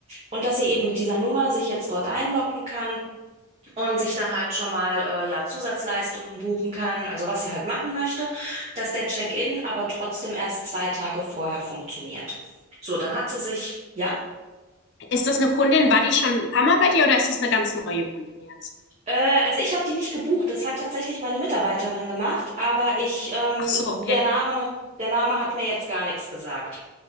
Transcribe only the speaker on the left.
Ist das eine Kundin? War die schon ein paar Mal bei dir oder ist das eine ganz neue Kundin jetzt?
Ach so,
okay.